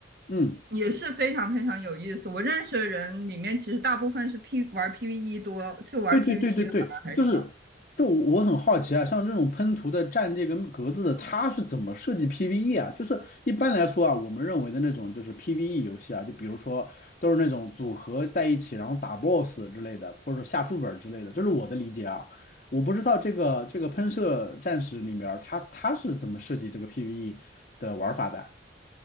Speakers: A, on the left; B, on the right.
A: 嗯。
B: 也是非常非常有意思。我认识的人里面，其实大部分是 P 玩 PVE 多，就玩
A: 对对对对对，
B: PVP 的反而还少。
A: 就是就我我很好奇啊，像这种喷涂的蘸这个格子的，它是怎么设计 PVE 啊？就是一般来说啊，我们认为的那种就是 PVE 游戏啊，就比如说都是那种组合在一起，然后打 BOSS 之类的，或者说下副本之类的，这是我的理解啊。我不知道这个这个喷射战士里面儿它它是怎么设计这个 PVE 的玩法的啊？